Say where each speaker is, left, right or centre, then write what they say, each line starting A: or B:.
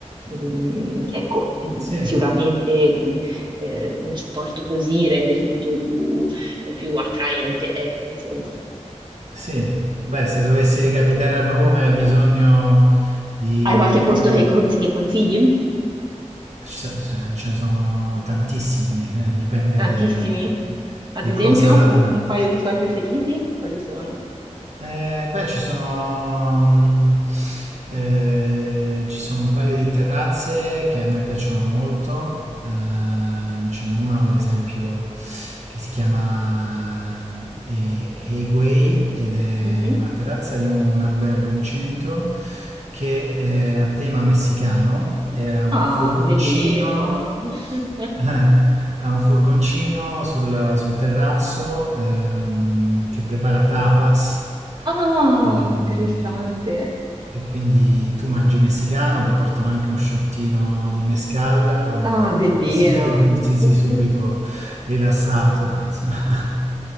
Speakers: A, on the right; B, on the right.
A: Mm, ecco, mm,
B: Sì,
A: sicuramente mm, eh, un supporto così rende tutto più, eh, più attraente, ecco, insomma.
B: sì. Beh, se dovessi ricapitare a Roma hai bisogno di
A: Hai qualche posto
B: qualche...
A: che, con- che consigli?
B: ci so- Ce ce ne sono tantissimi, eh, dipende
A: Tantissimi? Ad
B: di
A: esempio,
B: cosa...
A: un, un paio di suoi preferiti? Quali sono?
B: Eh, beh, ci sono, mm, eh, ci sono un paio di terrazze che a me piacciono molto. Eh, ce n'è una, per esempio, che si chiama eh, Hei Guei ed è
A: Mhm.
B: una terrazza di un albergo in centro che è a tema messicano e ha un
A: Ah,
B: furgoncino,
A: bellino! <laughs>
B: eh, ha un furgoncino sul, sul terrazzo ehm, che prepara tapas
A: Ah,
B: e,
A: interessante.
B: e quindi tu mangi messicano, ti portano anche un shottino di mezcal quando
A: Ah, bellino.
B: ti siedi, <laughs> quindi ti sei
A: <laughs>
B: subito rilassato. insomma. <laughs>